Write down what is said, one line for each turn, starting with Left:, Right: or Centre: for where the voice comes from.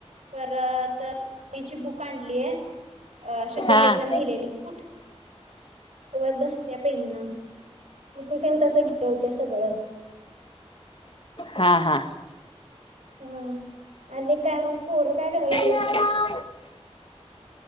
Right: परतची <unintelligible> बुक आणलीय. अ शुद्धलेखन
Left: हा
Right: लिहिलेली. उठ लिहवत बसतीया. पेन सेम टू सेम तसं गिरवत्या सगळं,
Left: हा हा
Right: हा आणि काय मग? पोर काय कराय लागल्यात.
Left: हा